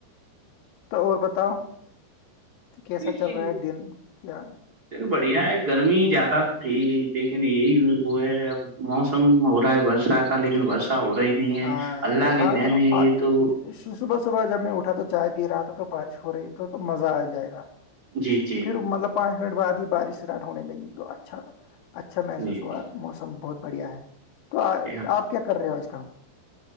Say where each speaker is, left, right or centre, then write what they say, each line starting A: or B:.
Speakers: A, on the left (about 75°); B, on the right (about 45°).
A: تو اور بتاؤ کیسا
B: لیکن
A: چل رہا ہے دن کیا
B: بڑھیا ہے گرمی زیادہ تھی لیکن یہی وہ ہے اب موسم موسم ہو رہا ہے برسہ کا لیکن برسہ ہو رہا ہی نہیں ہے
A: ہاں،
B: اللہ
A: یہاں
B: کی بہن ہے یہ
A: آ-
B: تو
A: صبح صبح جب میں اٹھا تو چائے پی رہا تھا تو بارش ہو رہی تو مزہ آ جائے گا
B: جی جی
A: پھر مطلب پانچ منٹ بعد ہی بارش اسٹارٹ ہونے لگی تو اچھا اچھا محسوس
B: جی
A: ہوا موسم بہت بڑھیا ہے تو
B: جی
A: آپ کیا کر رہے ہو آج کل